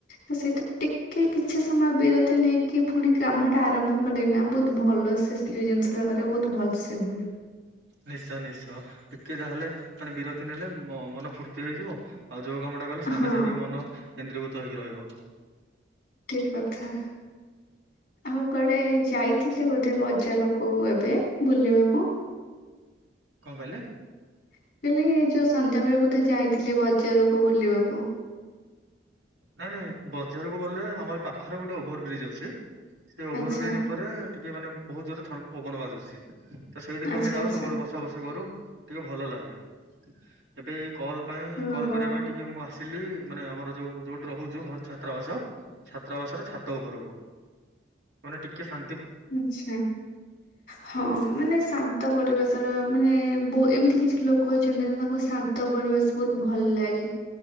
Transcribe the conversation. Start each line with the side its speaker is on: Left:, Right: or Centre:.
Left: ତ ସେଥି ଟି କି କିଛି ସମୟ ବିରତି ନେଇକି ପୁଣି କାମ ଟା ଆରମ୍ଭ କଲେ ନା ବହୁତ ଭଲ ସେ ଯୋଉ ଜିନିଷ ଜାଗା ରେ ବହୁତ ଭଲ ସେ ହୁଏ।
Right: ନିଶ୍ଚୟ ନିଶ୍ଚୟ ଟିକେ ତାହାହେଲେ ମାନେ ବିରତି ନେଲେ ମନ ଫୁର୍ତ୍ତି ହେଇଯିବ। ଆଉ ଯୋଉ କାମଟା କଲେ ସାଙ୍ଗେ
Left: ହଁ
Right: ସାଙ୍ଗେ ବି ମନ କେନ୍ଦ୍ରୀଭୂତ ହେକି ରହିବ।
Left: ଠିକ୍ କଥା। ଆଉ କୁଆଡେ ଯାଇଥିଲେ ବୋଧେ ବଜାରକୁ ଏବେ ବୁଲିବାକୁ?
Right: କଣ କହିଲେ?
Left: ମୁଁ କହିଲି ଏ ଯୋଉ ସନ୍ଧ୍ୟା ବେଳେ ବୋଧେ ଯାଇଥିଲି ବଜାରକୁ ବୁଲିବାକୁ?
Right: ନାଇଁ ନାଇଁ ବଜାରକୁ ଗଲେ ଆମର ପାଖରେ ଗୋଟେ ଓଭର ବ୍ରିଜ୍ ଅଛି। ସେ ଓଭର
Left: ଆଚ୍ଛା
Right: ବ୍ରିଜ ଉପରେ ଟିକେ ମାନେ ବହୁତ ଜୋରେଥ ପବନ ବାଜୁଛି। ତ ସେଇଠିକୁ
Left: ଆଚ୍ଛା
Right: ଆମେ ଯାଉ
Left: ଆଚ୍ଛା
Right: ସବୁବେଳେ ବସା ବସି କରୁ ଟିକେ ଭଲ ଲାଗେ ଏବେ ଏ କଲ୍ ପାଇଁ
Left: ଓହୋ
Right: କଲ୍ କରିବା ପାଇଁ ଟିକେ ମୁଁ ଆସିଲି ମାନେ ଆମର ଯୋଉ ଯୋଉଠି ରହୁଛୁ ଛାତ୍ରାବାସ ଛାତ୍ରାବାସର ଛାତ ଉପରକୁ ମାନେ ଟିକେ ଶା
Left: ଆଚ୍ଛା ହଁ ମାନେ ଶାନ୍ତ ପରିବେଶର ମାନେ ବହୁ ଏମ୍ ଏତି କିଛି ଲୋକ ଅଛନ୍ତି ତାଙ୍କ ଶାନ୍ତ ପରିବେଶ ବହୁତ ଭଲ ଲାଗେ।